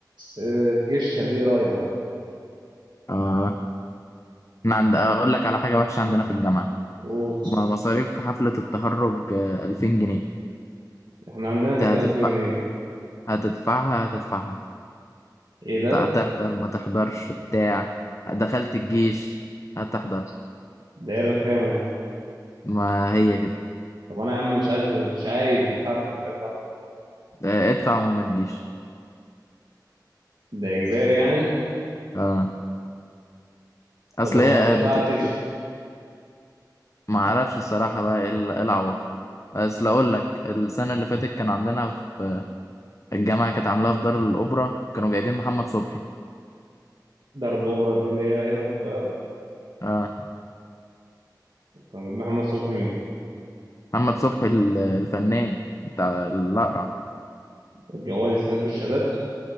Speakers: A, on the right (about 85°); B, on the left (about 40°).
A: آه، الجيش كان ليه رأي أه
B: اه احنا عند اقول لك على حاجة وحشة عندنا في الجامعة
A: قول.
B: م- مصاريف حفلة التخرج آه، 2000 جنيه
A: إحنا عندنا
B: انت
A: كانت
B: هتدفع
A: 1000 جنيه
B: هتدفعها هتدفعها
A: إيه ده؟
B: هتحضر ما تحضرش بتاع دخلت الجيش هتحضر
A: ده إيه الرخامة دي؟
B: ما هي كده
A: طب أنا يا عم مش عايز مش عايز الحفلة مش عايز أحضر.
B: آه، ادفع وما تجيش
A: ده إجباري يعني
B: اه اصل
A: طب أنا
B: هي
A: ما
B: آه،
A: دفعتش
B: بتت ما اعرفش الصراحه بقى ايه ال- إيه العواقب بس لا اقول لك السنه اللي فاتت كانوا عاملينها في الجامعه كانت عاملاها في دار الاوبرا كانوا جايبين محمد صبحي
A: دار الأوبرا دي اللي هي هنا في القاهرة
B: اه
A: كان بيجيب محمد صبحي مين؟
B: محمد صبحي ال- الفنان بتاع الاقرع
A: الجوال يستلمكوا الشهادات